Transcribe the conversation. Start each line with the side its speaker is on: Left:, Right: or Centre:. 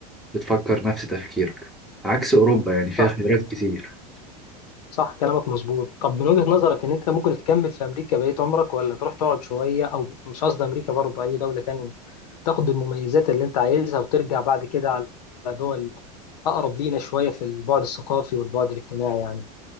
Centre: بتفكر نفس تفكيرك عكس أوروبا يعني
Left: صح
Centre: فيها خبرات كتير
Left: صح كلامك مظبوط طب من وجهة نظرك إن أنت ممكن تكمل في أمريكا بقية عمرك ولا تروح تقعد شوية أو مش قصدي أمريكا برضه أي دولة تانية تاخد المميزات اللي أنت عايزها وترجع بعد كده على دول اقرب لينا شويه في البعد الثقافي والبعد الاجتماعي يعني